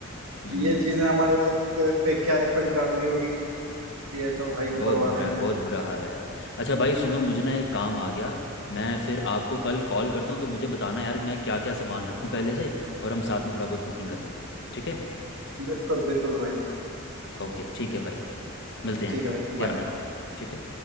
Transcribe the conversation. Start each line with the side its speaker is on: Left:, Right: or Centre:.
Left: हम्म
Right: ये चीजें हमारे हेल्थ के- पे क्या इफेक्ट डाल रही होगी ये तो भाई ऊपर
Left: बहुत
Right: वाला
Left: बुरा
Right: ही
Left: है
Right: जाने
Left: बहुत बुरा हाल है यार अच्छा भाई सुनो मुझे ना एक काम आ गया मैं फिर आपको कल कॉल करता हूँ तो मुझे बताना यार कि मैं क्या क्या सामान रखूँ पहले से और हम साथ में थोड़ा बहुत कुकिंग करेंगे ठीक है
Right: बिल्कुल बिल्कुल भाई
Left: ओके ठीक है भाई मिलते हैं
Right: ठीक है
Left: फिर
Right: भाई
Left: ध्यान
Right: बाय
Left: रखो ठीक है